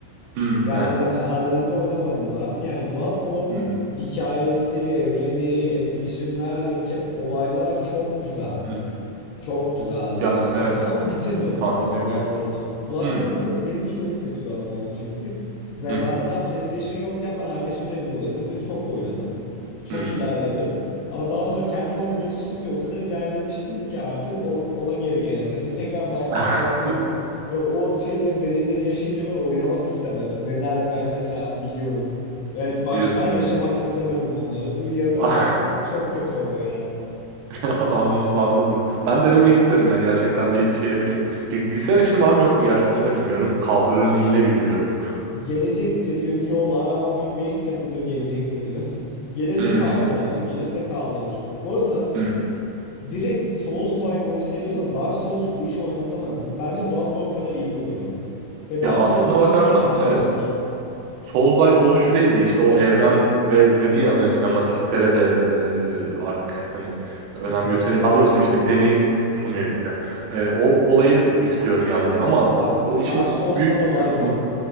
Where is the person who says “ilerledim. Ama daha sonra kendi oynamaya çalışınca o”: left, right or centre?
Left